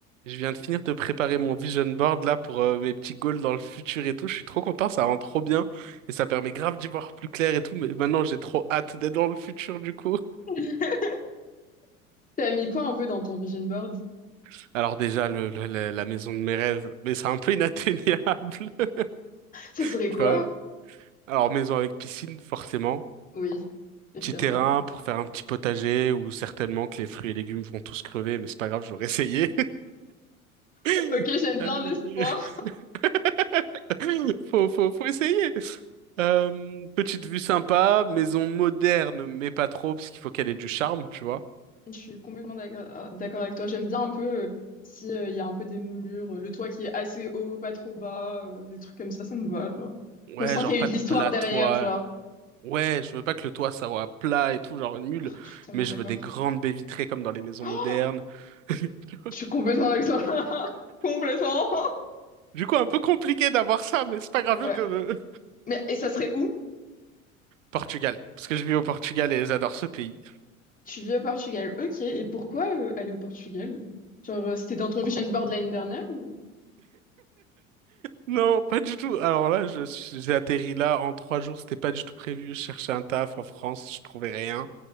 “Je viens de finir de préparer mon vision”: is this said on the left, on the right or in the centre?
Right